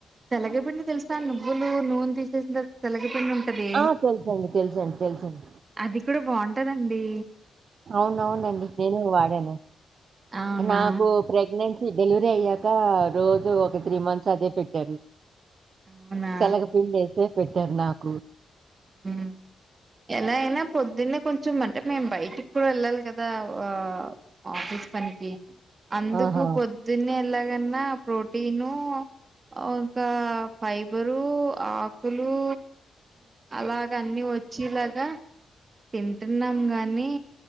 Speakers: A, on the right; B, on the right.
A: తెలగ పిండి తెలుసు గాని నువ్వులు నూనే తీసేసిన తెలగపిండి ఉంటది
B: ఆ తెలుసండి తెలుసండి తెలుసండి
A: అది కూడా బాగుంటదండి
B: అవునవునండి నేను వాడాను
A: అవునా!
B: నాకు ప్రెగ్నెంట్ డెలివరీ అయ్యాక రోజు ఒక త్రీ మంత్స్ అదే పెట్టారు
A: అవునా!
B: తెలగ పిండిఅయితే పెట్టారు నాకు
A: ఉ ఎలా అయినా పొద్దున్నే కొంచం అంటే మేము బయటికి కూ వెళ్ళాలి కదా ఆ ఆఫీస్ పనికి అందుకు
B: ఆహా!
A: పొద్దున్నే ఎలాగన్నా ప్రోటీను ఒకా ఫైబరు ఆకులు అలాగ అన్ని వచ్చేలాగా తింటున్నాం గాని